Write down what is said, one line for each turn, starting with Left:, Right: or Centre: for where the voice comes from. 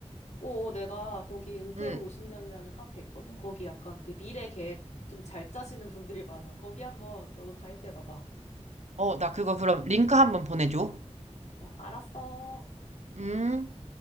Left: 오, 어, 내가 거기 은퇴
Right: 응.
Left: 후 50년이라는 카페 있거든? 거기 약간 그 미래 계획 좀 잘 짜시는 분들이 많아. 거기 한번 너도 가입해 봐봐.
Right: 어, 나 그거 그럼 링크 한번 보내줘.
Left: 어, 알았어.
Right: 음.